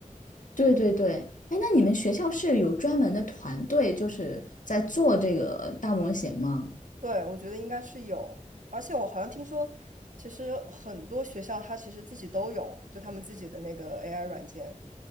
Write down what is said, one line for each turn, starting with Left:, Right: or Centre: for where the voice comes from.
Left: 对对对，哎，那你们学校是有专门的团队，就是在做这个大模型吗？
Right: <laughs> 对，我觉得应该是有，而且我好像听说，其实很多学校它其实自己都有，就他们自己的那个 AI 软件。